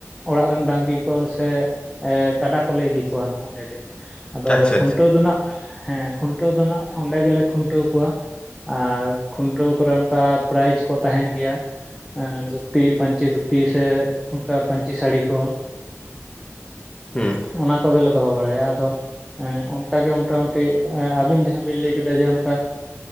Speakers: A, in the centre; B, on the left.
A: ᱚᱲᱟᱜ ᱨᱮᱱ ᱰᱟᱝᱨᱤ ᱠᱚ ᱥᱮ ᱮ ᱠᱟᱰᱟ ᱠᱚᱞᱮ ᱤᱫᱤ ᱠᱚᱣᱟ ᱱᱟᱦᱟᱜ ᱚᱸᱰᱮ ᱜᱮ, ᱟᱫᱚ
B: ᱟᱪᱪᱷᱟ
A: ᱠᱷᱩᱱᱴᱟᱹᱣ
B: ᱟᱪᱪᱷᱟ
A: ᱫᱚ ᱱᱟᱜ ᱦᱮᱸ ᱠᱷᱩᱱᱴᱟᱹᱣ ᱫᱚ ᱱᱟᱜ ᱚᱸᱰᱮ ᱜᱮᱞᱮ ᱠᱷᱩᱱᱴᱟᱹᱣ ᱠᱚᱣᱟ᱾ ᱟᱨ ᱠᱷᱩᱱᱴᱟᱹᱣ ᱠᱚᱨᱮ ᱚᱱᱠᱟ ᱯᱨᱟᱭᱤᱡᱽ ᱠᱚ ᱛᱟᱦᱮᱱ ᱜᱮᱭᱟ᱾ ᱮᱸ ᱫᱷᱩᱛᱤ ᱯᱟᱹᱧᱪᱤ ᱫᱷᱩᱛᱤ ᱥᱮ ᱚᱝᱠᱟ ᱯᱟᱹᱧᱪᱤ ᱥᱟᱹᱲᱤ ᱠᱚ ᱾
B: ᱦᱮᱸ ᱾
A: ᱚᱱᱟ ᱠᱚᱜᱮᱞᱮ ᱫᱚᱦᱚ ᱵᱟᱲᱟᱭᱟ, ᱟᱫᱚ ᱮᱸ ᱚᱱᱠᱟᱜᱮ ᱢᱚᱴᱟᱢᱩᱴᱤ ᱮ ᱟᱵᱤᱱ ᱡᱟᱦᱟᱸ ᱵᱤᱱ ᱞᱟᱹᱭ ᱠᱮᱫᱟ ᱡᱮ ᱚᱱᱠᱟ